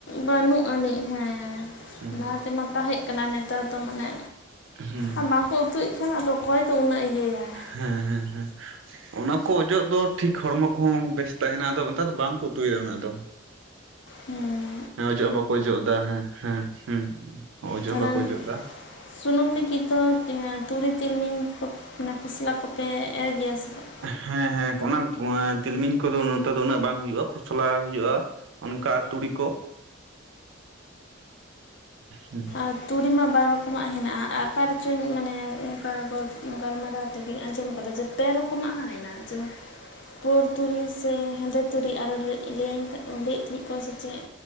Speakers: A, on the left (about 60°); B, on the right (about 65°).
A: ᱵᱟᱹᱱᱩᱜ ᱟᱹᱱᱤᱜ ᱦᱮᱸ,
B: ᱦᱮᱸ
A: ᱞᱟᱦᱟ ᱛᱮᱢᱟ ᱛᱟᱦᱮᱸ ᱠᱟᱱᱟ ᱱᱮᱛᱟᱨ ᱫᱚ ᱢᱟᱱᱮ
B: ᱦᱮᱸ
A: ᱟᱨ ᱵᱟᱝᱠᱚ ᱩᱛᱩᱭᱮᱫ ᱠᱷᱟᱱ ᱟᱫᱚ, ᱚᱠᱚᱭ ᱫᱚ ᱩᱱᱟᱹᱜ ᱤᱭᱟᱹᱭᱟᱭ᱾
B: ᱦᱮᱸ ᱦᱮᱸ ᱦᱮᱸ᱾ ᱚᱱᱟ ᱠᱚ ᱚᱡᱚᱜ ᱫᱚ ᱴᱷᱤᱠ ᱦᱚᱲᱢᱚ ᱠᱚᱦᱚᱸ ᱵᱮᱥ ᱛᱟᱦᱮᱱᱟ ᱟᱫᱚ ᱱᱮᱛᱟᱨ ᱫᱚ ᱵᱟᱝᱠᱚ ᱩᱛᱩᱭᱮᱫᱟ ᱩᱱᱟᱹᱜ ᱫᱚ᱾
A: ᱦᱩᱸ,
B: ᱦᱮᱸ ᱚᱡᱚᱜ ᱦᱚᱸ ᱵᱟᱠᱚ ᱚᱡᱚᱜ ᱮᱫᱟ ᱦᱮᱸ ᱦᱮᱸ ᱦᱮᱸ ᱚᱡᱚᱜ
A: ᱛᱟᱦᱚᱞᱮ
B: ᱦᱚᱸ ᱵᱟᱠᱚ ᱚᱡᱚᱜ ᱮᱫᱟ᱾
A: ᱥᱩᱱᱩᱢ ᱞᱟᱹᱜᱤᱫ ᱫᱚ ᱤᱭᱟᱹ ᱛᱩᱲᱤ ᱛᱤᱞᱢᱤᱧ ᱠᱚ ᱚᱱᱟ ᱠᱷᱚᱥᱞᱟ ᱠᱚᱯᱮ ᱮᱨ ᱜᱮᱭᱟ? ᱥᱮ ᱵᱟᱝ
B: ᱦᱮᱸ ᱦᱮᱸ ᱚᱱᱟ ᱛᱤᱞᱢᱤᱧ ᱠᱚᱫᱚ ᱱᱚᱛᱮ ᱫᱚ ᱩᱱᱟᱹᱜ ᱵᱟᱝ ᱦᱩᱭᱩᱜᱼᱟ ᱠᱷᱚᱥᱞᱟ ᱦᱩᱭᱩᱜᱼᱟ᱾ ᱚᱱᱠᱟ ᱟᱨ ᱛᱩᱲᱤ ᱠᱚ, ᱦᱩᱸ,
A: ᱟᱨ ᱛᱩᱨᱤ ᱢᱟ ᱵᱟᱨ ᱨᱚᱠᱚᱢᱟᱜ ᱦᱮᱱᱟᱜᱼᱟ ᱟᱠᱟ ᱨᱮᱪᱚ ᱢᱟᱱᱮ ᱚᱱᱠᱟ ᱜᱚᱞ ᱜᱟᱞᱢᱟᱨᱟᱣ ᱛᱮᱜᱮᱧ ᱟᱸᱡᱚᱢ ᱟᱠᱟᱫᱟ ᱡᱮ, ᱯᱮ ᱨᱚᱠᱚᱢᱟᱜ ᱦᱮᱱᱟᱼᱟ ᱡᱮᱢᱚᱱ, ᱯᱳᱨ ᱛᱩᱨᱤ ᱥᱮ ᱦᱮᱸᱫᱮ ᱛᱩᱨᱤ ᱟᱨᱚ ᱞᱟᱹᱭᱟᱧ ᱞᱟᱹᱭᱮᱫ ᱛᱟᱦᱮᱸᱫ ᱠᱚ ᱥᱮ ᱪᱮᱫ,